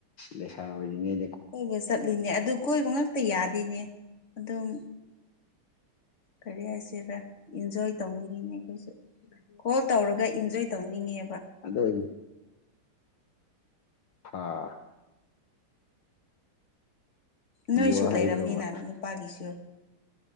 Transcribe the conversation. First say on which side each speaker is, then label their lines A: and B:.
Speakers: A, on the left; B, on the left.
A: ꯂꯩꯦꯁꯥ ꯑꯣꯏꯔꯤꯉꯦ
B: ꯀꯣꯏꯕ ꯆꯠꯂꯤꯅꯦ ꯑꯗꯨ ꯀꯣꯏꯕ ꯉꯇ ꯌꯥꯗꯦꯅꯦ ꯑꯗꯨꯝ ꯀꯔꯤ ꯍꯥꯏꯁꯤꯔ ꯏꯟꯖꯣꯏ ꯇꯧꯅꯤꯡꯉꯤꯅꯦ ꯑꯩꯈꯣꯏꯁꯨ ꯍꯣꯜ ꯇꯧꯔꯒ ꯏꯟꯖꯣꯏ ꯇꯧꯅꯤꯡꯉꯦꯕ
A: ꯑꯗꯗꯤ ꯍꯥꯥ ꯄꯤꯌꯣ
B: ꯅꯣꯏꯁꯨ ꯂꯩꯔꯝꯅꯤꯅ
A: ꯍꯥꯏꯕ꯭ꯔꯣꯕ
B: ꯅꯨꯄꯥꯒꯤꯁꯨ